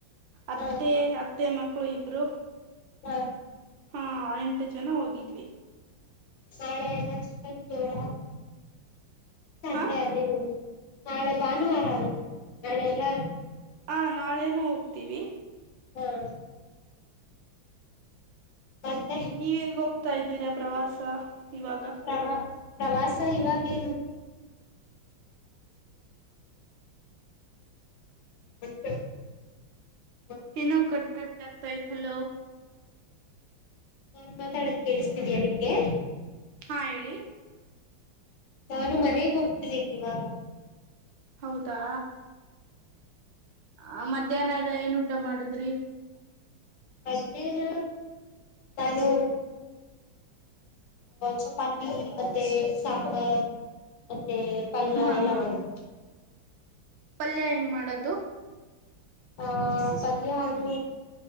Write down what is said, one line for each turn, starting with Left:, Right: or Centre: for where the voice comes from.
Right: ಅತ್ತೆ
Left: ಹಾ
Right: ಮತ್ತೆ ಮಕ್ಕಳು ಇಬ್ರು
Left: ಹಾ
Right: ಹಾ ಎಂಟು ಜನ ಹೋಗಿದ್ವಿ
Left: ನಳೆ ಎಲ್ಲ ಚಿಕನ್ ಪೋರ ಸಂಡೆ
Right: ಹಾ
Left: ಅದದು ನಾಳೆ ಭಾನುವಾರ ಅಲ್ವಾ ನಾಳೆ ಎಲ್ಲ
Right: ಹ ನಾಳೆನ ಹೋಗ್ತೀವಿ
Left: ಹ್ಮ <unintelligible> ಮತ್ತೆ
Right: ನೀವ ಎಲ್ಲಿ ಹೋಗ <unintelligible> ತ ಇದ್ದೀರಾ ಪ್ರವಾಸ ಇವಾಗ
Left: ಪ್ರವಾ ಪ್ರವಾಸ ಇವಾಗೇ ಹತ್ತ
Right: ನೋ ಕಟ್ ಕಟ್ಟ ತಾಯಲ್ಲ
Left: ನಾನ್ ಮಾತಾಡೋದ ಕೇಳಿಸತಿದಯ ನಿಂಗೆ
Right: ಹಾ ಹೇಳಿ
Left: ನಾನು ಮನೆಗ್ ಹೋಗ್ತಿದ್ದೀನಿ ಇವಾಗ
Right: ಹೌದಾ. ಆ ಮಧ್ಯಾಹ್ನ ಇದೆ ಏನ್ ಊಟ ಮಾಡಿದ್ರಿ
Left: ಮಧ್ಯಾಹ್ನ ನಾನು ಚಪಾತಿ ಮತ್ತೆ ಸಾಂಬಾರ್ ಮ ಮತ್ತೆ ಪಲ್ಲ
Right: ಹಾ
Left: ಎಲ್ಲಾ
Right: ಹಾ
Left: ಮಾಡ್ಬೇಕ
Right: ಪಲ್ಯ ಹೆಂಗ್ ಮಾಡೋದು
Left: ಆಹ ಪಲ್ಯರು